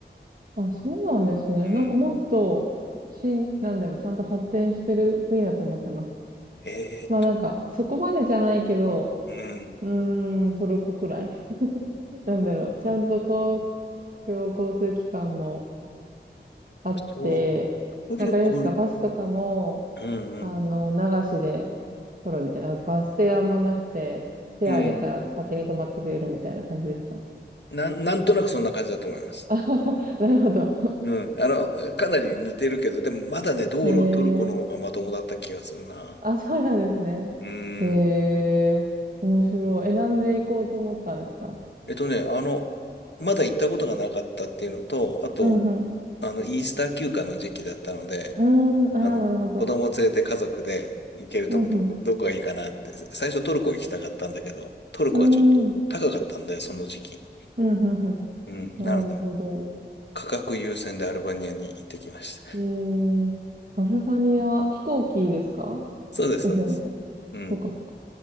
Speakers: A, on the right; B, on the left.
A: あ、そうなんですね。
B: うん。
A: なんかもっと、新、なんだろう、ちゃんと発展してる国だと思ってました。
B: えーっと、
A: まあなんか、そこまでじゃないけど、
B: うん。
A: うーん、トルコくらい。<laughs> なんだろう、ちゃんと公共交通機関もあって、
B: そうね。トルコ、
A: なんかあれですか、
B: うん
A: バスとかも、
B: うん。
A: あの、流しで撮るみたいな。バス停あんまなくて、手あげたら勝手に止まってくれるみたいな感じですか
B: うん。なん、なんとなくそんな感じだと思います。
A: あ <laughs> なるほど。
B: うん。あの、かなり似てるけど、でもまだね、道路はトルコの方がまともだった気がするな。
A: へえ。あ、そうなんですね。
B: うん。
A: へえ。面白い。え、なんで行こうと思ったんですか
B: えっとね、あの、まだ行ったことがなかったっていうのと、あと、
A: うんうん。
B: あの、イースター休暇の時期だったので、
A: うーん。ああ、
B: あの、
A: なるほど。
B: 子供連れて家族で行けるとこどこ、
A: うん
B: どこがいいかなって、最初トルコ行きたかったんだけど、トルコはちょっと高かったんで、
A: うん。うーん。
B: その時期。
A: うんうんうん。
B: うん。
A: なるほど。
B: なので、価格優先でアルバニアに行ってきました。
A: えー、アルバニア、飛行機ですか
B: <laughs> そうです、
A: ですよね。
B: そうです。うん。
A: そうかそうか。